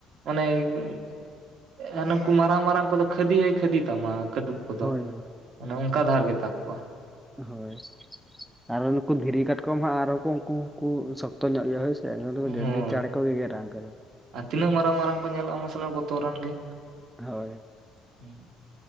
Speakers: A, on the right; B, in the centre.
A: ᱚᱱᱮ <unintelligible> ᱩᱱᱩᱠᱩ ᱢᱟᱨᱟᱝ ᱢᱟᱨᱟᱝ ᱠᱚᱫᱚ ᱠᱷᱟᱹᱫᱤ ᱦᱚᱸᱭ ᱠᱷᱟᱹᱫᱤ ᱛᱟᱢᱟ ᱠᱟᱹᱴᱩᱵ ᱾ <unintelligible>
B: ᱦᱳᱭ
A: ᱚᱱᱮ ᱚᱝᱠᱟ ᱫᱷᱟᱨ ᱜᱮ ᱛᱟᱠᱚᱣᱟ ᱾
B: ᱦᱳᱭ ᱟᱨ ᱩᱱᱩᱠᱩ ᱫᱷᱤᱨᱤ ᱠᱟᱴᱠᱚᱢ ᱦᱚᱸ ᱟᱨᱦᱚᱸ ᱠᱚ ᱩᱱᱠᱩ ᱦᱚᱸᱠᱚ ᱥᱚᱠᱛᱚ ᱧᱚᱜ ᱜᱮᱭᱟ ᱦᱳᱭ <unintelligible>
A: ᱦᱳᱭ
B: ᱟᱹᱰᱤ ᱪᱟᱲ ᱠᱚ ᱜᱮᱜᱮᱨᱟ ᱩᱱᱠᱩ ᱫᱚ ᱾
A: ᱟᱨ ᱛᱤᱱᱟᱹᱜ ᱢᱟᱨᱟᱝ ᱢᱟᱨᱟᱝ ᱠᱚ ᱧᱮᱞᱚᱜᱼᱟ ᱢᱟᱥᱮ ᱵᱚᱛᱚᱨᱟᱱ ᱜᱮ <unintelligible>
B: ᱦᱳᱭ
A: ᱦᱮᱸᱼᱼ